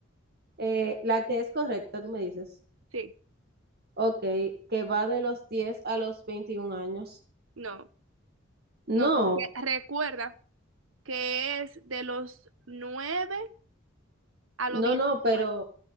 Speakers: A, on the right; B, on the right.
A: eh, la que es correcta, tú me dices.
B: Sí,
A: Ok, que va de los 10 a los 21 años.
B: no.
A: No,
B: No, porque recuerda que es de los 9 a
A: no,
B: los diecinueve
A: no, pero